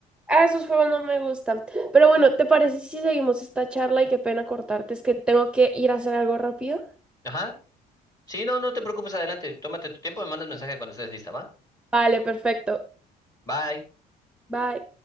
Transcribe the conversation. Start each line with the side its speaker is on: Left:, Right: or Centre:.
Centre: Ah, esos juegos no me gustan. Pero bueno, ¿te parece si seguimos esta charla? Y qué pena cortarte, es que tengo que ir a hacer algo rápido.
Left: Ajá, sí, no, no te preocupes, adelante, tómate tu tiempo, me mandas mensaje cuando estés lista, ¿va?
Centre: Vale, perfecto.
Left: Bye.
Centre: Bye.